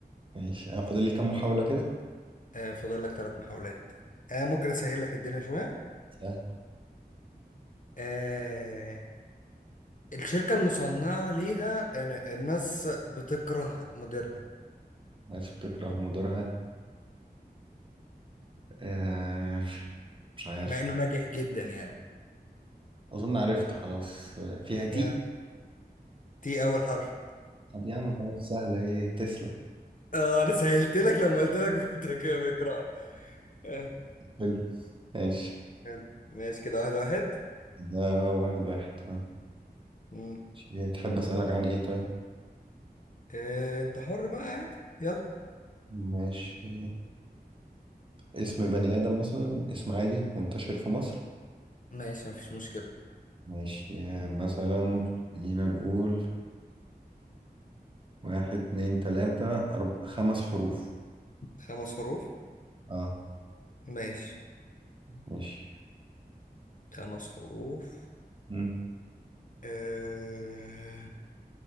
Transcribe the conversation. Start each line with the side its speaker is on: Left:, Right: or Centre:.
Right: ماشي أنا فاضل لي كام محاولة كده
Left: آه... فاضل لك ثلاث محاولات آه... ممكن اسهل لك الدنيا شوية
Right: سهل
Left: آه... الشركة المصنعة ليها إن- الناس بتكره مديرها
Right: ناس بتكره مديرها آه، مش عارف
Left: مع انه ناجح جدا يعني
Right: أظن عرفت خلاص آه، فيها تي
Left: آه. تي اول حرف
Right: طب يا عم خلاص سهلة إيه تسلا
Left: اه انا سهلت لك لما قلت لك <laughs> بتك- بكره آه.
Right: <laughs> ماشي
Left: يلا. ماشي كده واحد واحد
Right: ده واحد واحد اه
Left: مم.
Right: ماشي. تحب أسألك عن ايه طيب
Left: آه. انت حر بقى عادي يلا
Right: ماشي اسم بني آدم مثلا اسم عادي منتشر في مصر
Left: ماشي مفيش مشكلة
Right: ماشي مثلا خلينا نقول واحد اتنين تلاتة أرب... خمس حروف
Left: خمس حروف
Right: اه
Left: ماشي
Right: ماشي
Left: خمس حروف
Right: مم.
Left: آه.